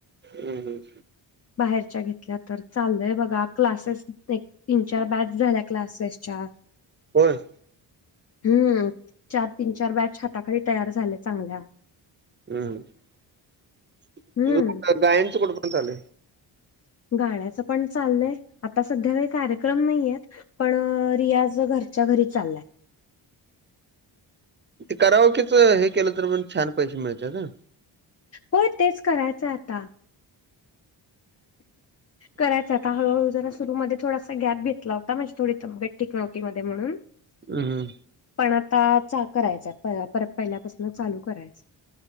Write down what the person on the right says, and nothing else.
हम् हम्.
होय.
हम्म
गायनचं कुठं पर्यंत आलाय?
ते करावं कीच हे केलं तर पण छान पैसे मिळतात ह.
<inaudible>
हम्म